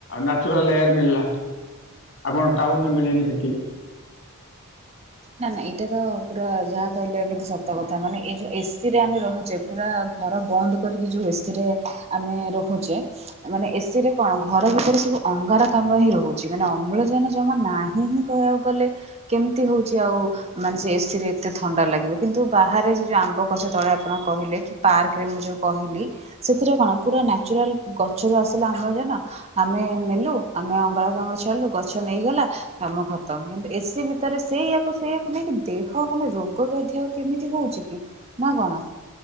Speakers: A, on the left; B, on the right.
A: ନାଚୁରାଲ ଏୟାର ମିଳିଲା ଆପଣ ଟାଉନରେ ମିଳେନି ସେତିକି।
B: ନା ନା ଏଇଟା ତ ପୁରା ଯାହା କହିଲେ କିନ୍ତୁ ସତ କଥା ମାନେ ଏଇଯଉ ଏସି। ଏସିରେ ଆମେ ରହୁଛେ ପୁରା ଘର ବନ୍ଦ କରିକି ଯୋଉ ଏସି ରେ ଆମେ ରହୁଛେ ମାନେ ଏସିରେ କଣ ଘର ଭିତରେ ସବୁ ଅଙ୍ଗାରକାମ୍ଳା ହିଁ ରହୁଛି ମାନେ ଅମ୍ଳଜାନ ଜମା ନାହିଁ ହିଁ କହିବାକୁ ଗଲେ କେମିତି ହଉଛି। ଆଉ ମାନେ ସେ ଏସି ରେ ଏତେ ଥଣ୍ଡା ଲାଗିବ କିନ୍ତୁ ବାହାରେ ସେ ଯୋଉ ଆମ୍ବ ଗଛ ତଳେ ଆପଣ କହିଲେ କି ପାର୍କରେ ମୁଁ ଯୋଉ କହିଲି ସେଥିରେ କଣ ପୁରା ନ୍ୟଚୁରାଲ ଗଛରୁ ଆସିଲା ଆମ୍ଳଯାନ ଆମେ ନେଲୁ ଆମେ ଅଙ୍ଗାରକାମ୍ଳ ଛାଡିଲୁ ଗଛ ନେଇଗଲା କାମ ଖତମ କିୁ ଏସିି ଭିତରେ ସେଇ। ସେଇଆକୁ ନେଇକି ଦେହ ମାନେ ରୋଗ ବ୍ୟାଧି ଆଉ କେମିତି ହଉଛି କି ନା କଣ।